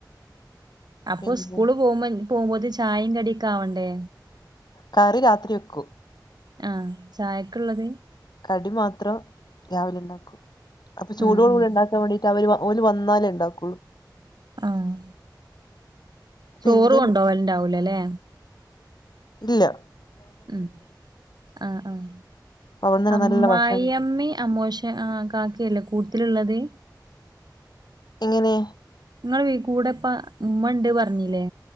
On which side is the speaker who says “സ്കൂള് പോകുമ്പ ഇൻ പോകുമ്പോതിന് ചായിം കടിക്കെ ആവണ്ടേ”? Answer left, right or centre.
Right